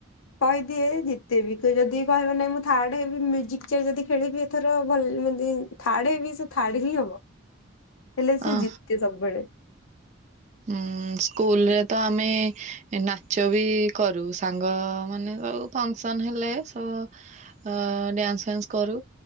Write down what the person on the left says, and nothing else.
କହିଦିଏ ଜିତେବି, ଯଦି କହିବ ନାହିଁ ମୁଁ ଥାର୍ଡ ମ୍ୟୁଜିକ୍ ଚେୟାର୍ ଯଦି ଖେଳିବି ଏଥର ଭଲ ଡି ଥାର୍ଡ ହେବି ଶ୍ ଥାର୍ଡ ହିଁ ହବ ହେଲେ ସେ
ଜିତେ ସବୁବେଳେ।